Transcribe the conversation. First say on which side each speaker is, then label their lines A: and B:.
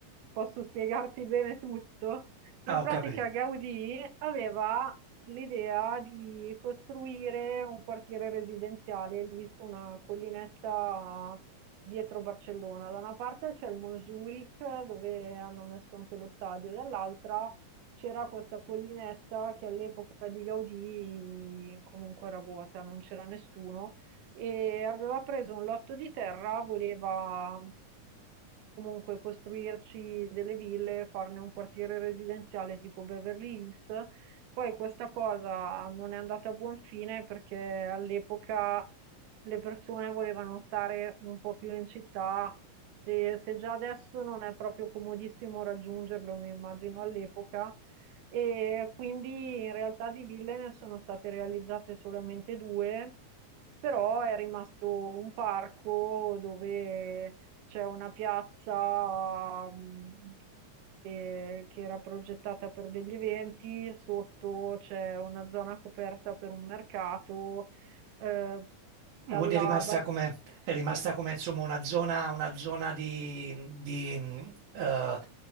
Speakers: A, on the right (about 90°); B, on the right (about 75°).
A: posso spiegarti bene tutto. In
B: Ah, ho
A: pratica
B: capito.
A: Gaudì aveva l'idea di costruire un quartiere residenziale lì su una collinetta dietro Barcellona. Da una parte c'è il Montjuïc dove hanno messo anche lo stadio, dall'altra c'era questa collinetta che all'epoca di Gaudì comunque era vuota, non c'era nessuno e aveva preso un lotto di terra, voleva comunque costruirci delle ville, farne un quartiere residenziale tipo Beverly Hills. Poi questa cosa non è andata a buon fine perché all'epoca le persone volevano stare un po' più in città. Se, se già adesso non è proprio comodissimo raggiungerlo, mi immagino all'epoca. E quindi in realtà di ville ne sono state realizzate solamente due, però è rimasto un parco dove c'è una piazza mh, che, che era progettata per degli eventi, sotto c'è una zona coperta per un mercato, eh,
B: Quindi
A: dalla
B: è rimasta
A: bal-
B: come, è rimasta come, insomma, una zona, una zona di, di, mh, eh,